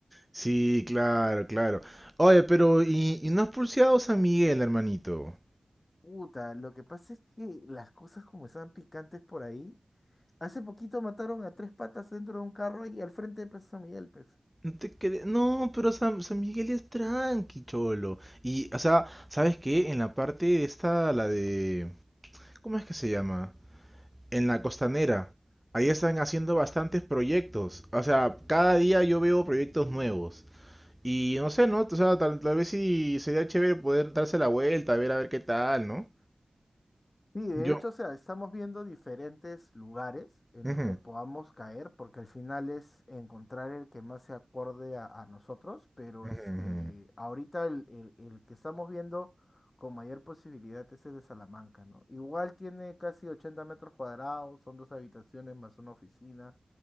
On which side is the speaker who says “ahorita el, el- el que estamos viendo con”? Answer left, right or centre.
Left